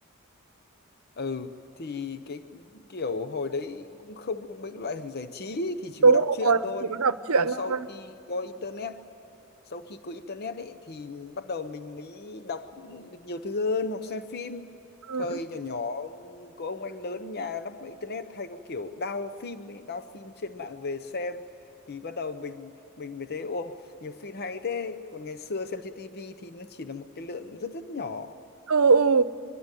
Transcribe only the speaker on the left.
ừ thì cái kiểu hồi đấy cũng không có mấy loại hình giải trí thì chỉ
có đọc truyện
thôi
còn sau
khi có internet sau khi có internet ấy thì bắt đầu mình mới đọc được nhiều thứ hơn hoặc xem phim
thời nhỏ nhỏ có ông anh lớn nhà lắp máy internet hay có kiểu download phim ấy, download phim trên mạng về xem thì bắt đầu mình mình mới thấy ô nhiều phim hay thế còn ngày xưa xem trên tivi thì nó chỉ là một cái lượng rất rất nhỏ